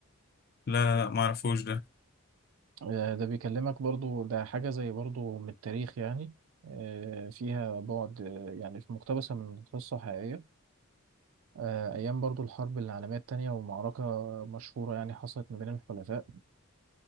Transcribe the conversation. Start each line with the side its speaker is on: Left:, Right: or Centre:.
Left: لا لا لا, لا ما اعرفوش ده
Right: آه، ده بيكلمك برضو ده حاجة زي برضو من التاريخ يعني آه، فيها بعد آه، يعني في مقتبسة من قصة حقيقية آه، أيام برضو الحرب العالمية التانية ومعركة مشهورة يعني حصلت ما بين الحلفاء